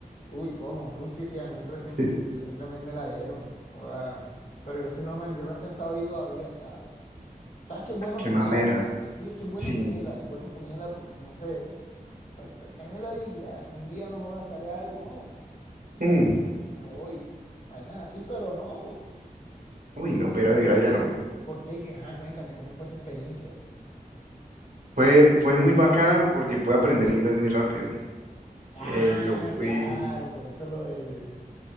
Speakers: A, on the left; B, on the right.
A: Uy, ¿cómo? Uy, sí, sí, a mí recién,
B: <laughs>
A: recién también me la dieron. Joda. Pero yo sí no me, yo no he pensado ahí todavía, o sea, ¿sabes qué es bueno
B: Qué
A: tenerla
B: mamera.
A: ya? Eh, Sí, es que es bueno
B: Sí.
A: tenerla, es bueno tenerla, por, no sé, te- te- tenerla ahí ya, si un día no joda, sale algo, ¿no? Bueno,
B: Mm.
A: me voy. Vainas así, pero no,
B: Uy, no, pero
A: pero
B: vivir allá
A: sí.
B: no.
A: ¿Por qué? Que, ajá, cuéntame, ¿cómo fue esa experiencia?
B: Fue, fue muy bacana porque pude aprender inglés muy rápido.
A: Ah,
B: Eh, yo fui,
A: claro, por eso lo del,